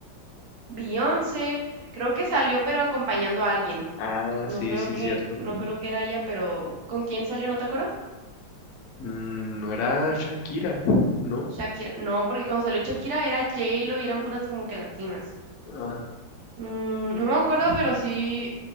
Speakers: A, on the right; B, on the left.
A: Beyoncé, creo que salió pero acompañando a alguien.
B: Ah,
A: No
B: sí,
A: creo
B: sí,
A: que,
B: cierto.
A: no creo que era ella, pero ¿con quién salió? ¿No te acuerdas?
B: Mm, No era Shakira, ¿no?
A: Shakira. No, porque cuando salió Shakira era J-Lo y eran puras como que latinas.
B: Ah,
A: Mm, no me acuerdo,
B: mm,
A: pero sí,